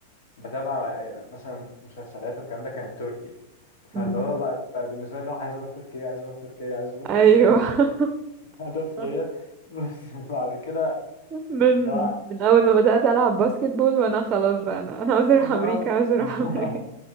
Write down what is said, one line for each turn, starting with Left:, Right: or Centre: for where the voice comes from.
Left: بتابع آه، مثلا مسلسلات والكلام ده كان تركي فاللي
Right: مم.
Left: هو بقى, بقى بالنسبة لي اللي هو عايز اروح تركيا عايز اروح تركيا عايز اروح
Right: ايوه
Left: تركيا <laughs> هدف
Right: <laughs>
Left: ليا بس بعد كده
Right: من
Left: اللي هو
Right: من اول ما بدأت العب باسكت بول وانا خلاص بقى انا انا عاوز اروح
Left: بالظبط
Right: امريكا عاوز اروح
Left: <laughs>
Right: امريكا